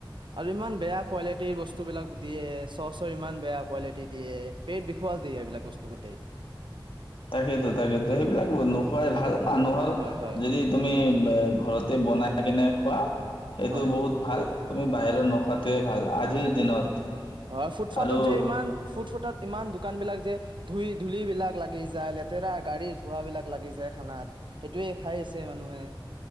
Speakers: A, on the right (about 65°); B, on the left (about 80°).
A: আৰু ইমান বেয়া কোৱালিটিৰ বস্তু বিলাক দিয়ে চচৰ ইমান বেয়া কোৱালিটি দিয়ে পেট বিখোৱা যাতি এইবিলাক বস্তু গোটেই
B: তাকেইতো তাকেইতো সেইবিলাক নোখোৱাই ভাল মানুহৰ
A: হয় হয়
B: যদি তুমি ঘৰত বনাই কেনে খোৱা সেইটো
A: হয়
B: বহুত ভাল তুমি বাহিৰত নোখোৱাটোৱে ভাল আজিৰ দিনত
A: হয় ফুটপাঠত
B: আৰু
A: যে ইমান ফুট ফুটত ইমান দোকান বিলাক যে ধুই ধুলি বিলাক লাগি যায় লেতেৰা গাড়ীৰ ধোৱা বিলাক লাগি যায় খানাত সেইটোৱে খাই আছে মানুহে